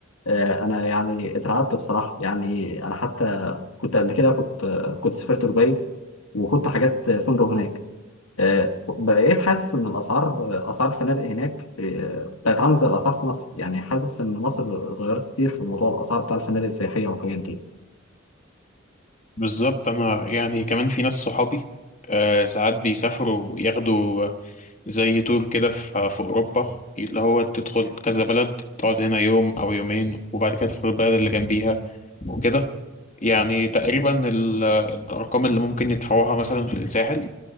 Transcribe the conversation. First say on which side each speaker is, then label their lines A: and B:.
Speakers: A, on the left; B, on the left.
A: آه، انا يعني اترعبت بصراحه يعني انا حتى كنت قبل كده كنت كنت سافرت دبي وكنت حجزت فندق هناك آه، بقيت حاسس ان الاسعار اسعار الفنادق هناك آه، بقت عامله زي الاسعار في مصر يعني حاسس ان مصر اتغيرت كتير في موضوع الاسعار بتاع الفنادق السياحيه والحاجات دي
B: بالظبط انا يعني كمان في ناس صحابي آه، ساعات بيسافروا ياخدوا زي تور كده في في أوروبا اللي هو تدخل كذا بلد تقعد هنا يوم أو يومين وبعد كده تدخل البلد اللي جنبيها وكده يعني تقريبا ال- الأرقام اللي ممكن يدفعوها مثلا في الساحل